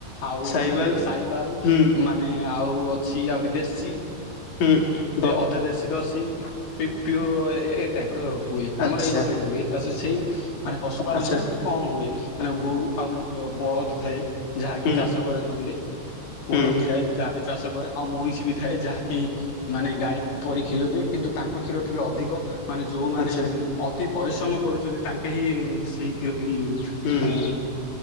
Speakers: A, on the left; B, on the left.
A: ଆଉ
B: ସାହିବାଲ
A: ମାନେ ସାଇବାଲ
B: ହୁଁ
A: ମାନେ ଆଉ ଅଛି ଆହୁରି ଦେଶୀ
B: ହୁଁ ।
A: ଅଧ ଦେଶୀ ଦଶୀ ପିଅର୍ ଏ ଏ ଟାଇପ ର ହୁଏ
B: ଆଚ୍ଛା
A: ଆମର ଏଇପଟେ ବି ହୁଏ ଚାଷ ସେଇ ମାନେ ପଶୁପାଳନ
B: ଆଚ୍ଛା
A: ହୁଏ କମ ହୁଏ ମାନେ ଗୋରୁ ଆଉ ମାନେ ବଳଦ ଥାଏ। ଯାହାକି
B: ହୁଁ
A: ଚାଷ କରେ ଜମିରେ ପୋଡ
B: ହୁଁ
A: ବି ଥାଏ ଯାହାବି ଚାଷ ରେ ଆଉ ମଇଁଷି ବି ଥାଏ ଯାହାକି ମାନେ ଗାଈ ପରି କ୍ଷୀର ଦିଏ କିନ୍ତୁ ତାଙ୍କ କ୍ଷୀର ଟିକେ ଅଧିକ ମାନେ ଯୋଉମାନେ
B: ଆଚ୍ଛା
A: ଅତି ପରିଶ୍ରମ କରୁଛନ୍ତି ତାଙ୍କେ ହିଁ ସେଇ ଖି
B: ହୁଁ
A: ମାନେ